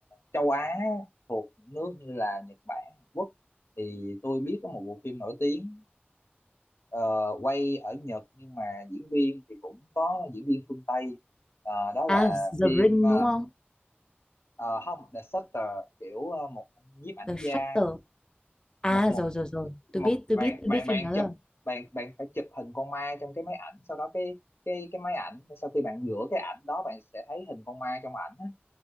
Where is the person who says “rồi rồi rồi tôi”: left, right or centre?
Left